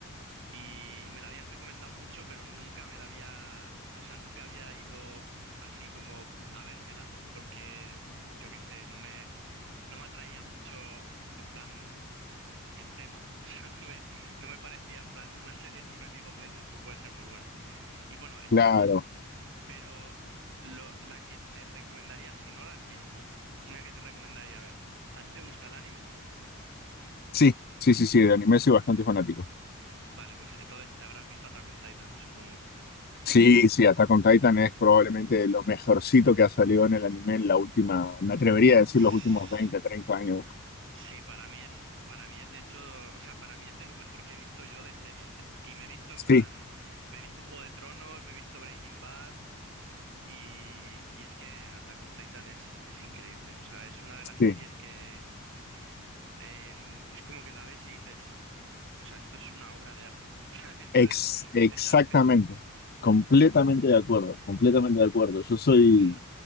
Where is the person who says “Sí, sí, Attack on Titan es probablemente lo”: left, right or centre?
Left